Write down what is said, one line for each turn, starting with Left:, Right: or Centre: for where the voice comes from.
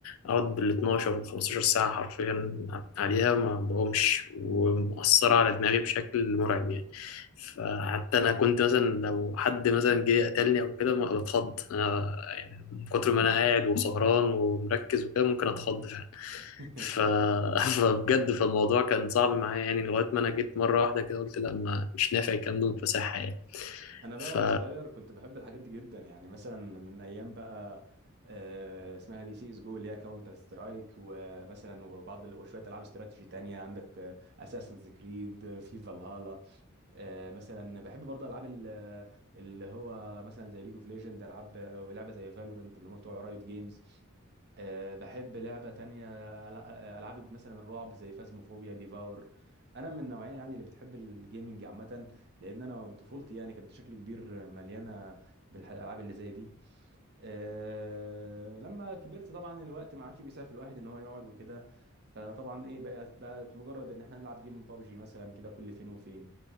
Left: أقعد بال 12 و 15 ساعة حرفيا عليها ما بقومش ومؤثرة على دماغي بشكل مرعب يعني فحتى أنا كنت مثلا لو حد مثلا جه قتلني أو كده ما بتخض أنا يعني من كتر ما أنا قاعد وسهران ومركز وكده ممكن أتخض فعلا
Right: <laughs>
Left: ف... <laughs> فبجد فالموضوع كان صعب معايا يعني لغاية ما أنا جيت مرة واحدة كده قلت لا ما مش نافع الكلام ده متفسحة يعني
Right: انا بقى
Left: ف...
Right: وانا صغير كنت بحب الحاجات دي جدا يعني مثلا من ايام بقى آه، اسمها دي سي اس جو اللي هي كاونتر سترايك ومثلا وبعض ال- وشويه العاب استراتيجي تانية عندك اساسنز كريد في فالهالا آه، مثلا بحب برضه العاب ال- اللي هو مثلا زي ليج اوف ليجند العاب ولعبه زي فالورنت اللي هم بتوع رايوت جيمز آه، بحب لعبة تانية ألع- ألعاب مثلا الرعب زي فازموفوبيا ديفاور أنا من النوعية يعني اللي بتحب الجيمنج عامة لأن أنا طفولتي يعني كانت بشكل كبير مليانة بالألعاب اللي زي دي أه لما كبرت طبعا الوقت ما عادش بيسعف الواحد ان هو يقعد وكده فطبعا ايه بقت بقت مجرد ان احنا نلعب جيم بابجي مثلا كده كل فين وفين